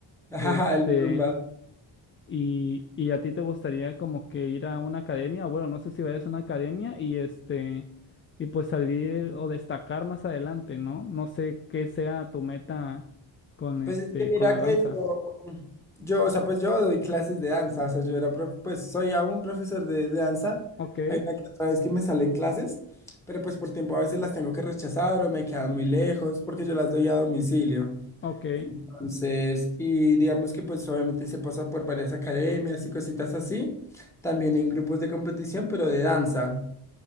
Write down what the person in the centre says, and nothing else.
ajá,
el zumba.
Pues es que mira
que
yo, yo, o sea, pues yo doy clases de danza, o sea, yo era, prof- pues soy aún profesor de, de danza.
Hay una que otra vez que me salen clases, pero pues por tiempo a veces las tengo que rechazar o me quedan muy lejos porque yo las doy a domicilio.
Entonces, y digamos que pues obviamente se pasa por varias academias y cositas así, también en grupos de competición, pero de danza,